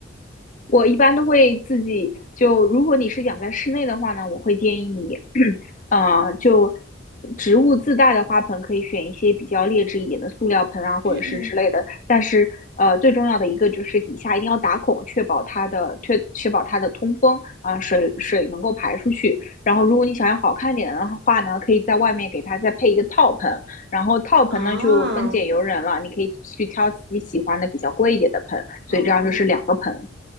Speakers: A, on the left (about 45°); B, on the right (about 60°).
A: 我一般都会自己就，如果你是养在室内的话呢，我会建议你，<clears throat> 呃，就植物自带的花盆可以选一些比较劣质一点的塑料盆啊，或者是之类的。
B: 嗯嗯，
A: 但是，呃，最重要的一个就是底下一定要打孔，确保它的确确保它的通风啊，水水能够排出去。然后，如果你想要好看点的话呢，可以在外面给它再配一个套盆。然后套盆呢就分拣由人了，
B: 啊，
A: 你可以去挑自己喜欢的比较贵一点的盆。
B: 哦，
A: 所以这样就是两个盆。